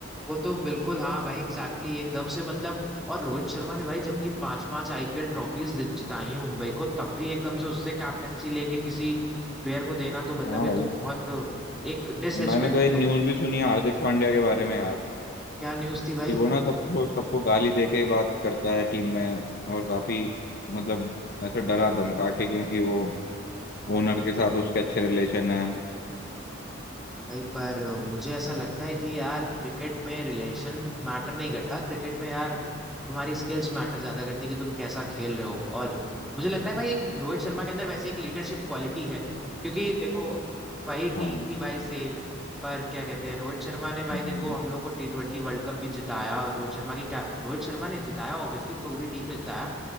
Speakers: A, in the centre; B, on the left (about 50°).
A: वो तो बिल्कुल हाँ भाई एग्जैक्टली exactly, एकदम से मतलब और रोहित शर्मा ने भाई जबकि पांच पांच आईपीएल ट्रॉफीज जिताई है मुंबई को तब भी एकदम से उससे कैप्टेंसी लेके किसी प्लेयर को देना तो मतलब
B: हाँ
A: ये
B: भाई
A: तो बहुत एक डिसरिस्पेक्ट
B: मैंने तो एक
A: भी हो
B: न्यूज
A: गई
B: भी सुनी है हार्दिक पांड्या के बारे में यार
A: क्या न्यूज थी भाई
B: कि वो ना सबको सबको गाली दे के बात करता है टीम में और काफी मतलब ऐसे डरा धमका के क्योंकि वो ओनर के साथ उसके अच्छे रिलेशन है
A: भाई पर मुझे ऐसा लगता है कि यार क्रिकेट में रिलेशन मैटर नहीं करता क्रिकेट में यार तुम्हारी स्किल्स मैटर ज्यादा करती है कि तुम कैसा खेल रहे हो और मुझे लगता है भाई एक रोहित शर्मा के अंदर वैसे एक लीडरशिप क्वालिटी है क्योंकि देखो वही टीम
B: हाँ
A: थी भाई सेम पर क्या कहते हैं रोहित शर्मा ने भाई
B: हम्म।
A: देखो हम लोग को टी ट्वेंटी वर्ल्ड कप भी जिताया रोहित शर्मा की cap- रोहित शर्मा ने जिताया ऑब्वियसली पूरी टीम ने जिताया